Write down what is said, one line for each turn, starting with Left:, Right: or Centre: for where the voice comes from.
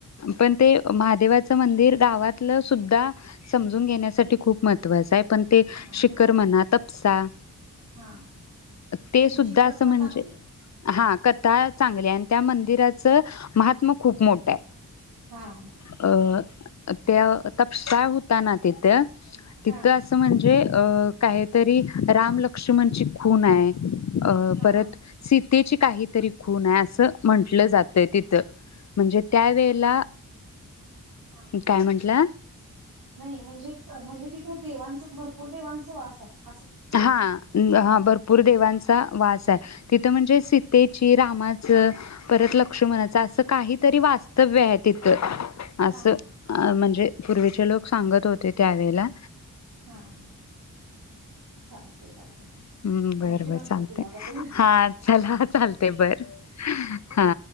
Left: पण ते महादेवाच मंदिर गावातलं सुद्धा समजून घेण्यासाठी खूप महत्त्वाचं आहे पण ते
Right: हा म्हणजे
Left: शिखर म्हणत उपसा
Right: हा
Left: ते
Right: त्यांची
Left: सुद्धा
Right: कथा
Left: अस म्हणजे
Right: चांगली आहे.
Left: हा कथा चांगलीये आणि त्या मंदिराच महत् त्व खूप मोठं आहे.
Right: हा हा
Left: अ त्या तपसा होता ना तिथ तिथं
Right: हा
Left: असं म्हणजे अ काहीतरी रामलक्ष्मणची खून आहे. अ
Right: हा
Left: परत
Right: हा
Left: सीतेची काहीतरी खुण हाय असं म्हंटलं जात ते तिथ म्हणजे त्या वेळेला
Right: हा
Left: काय म्हंटला?
Right: नाही म्हणजेच म्हणजे ति पूर देवांच भरपूर देवांच वास हाय
Left: हा हा भरपूर देवांच वास हाय तिथं म्हणजे सीतेची रामाचं परत लक्षुमणाच
Right: हा
Left: असं काही तरी वास्तव्य आहे तिथं असं
Right: हा हा
Left: अ म्हणजे पूर्वीचे लोक सांगत होते त्यावेेळेला
Right: हा हा चालते चालते
Left: हम्
Right: थँक्यू
Left: बरं
Right: माहिती
Left: बर चालतय
Right: दिल्याबद्दल
Left: हा चला चालतय बर हा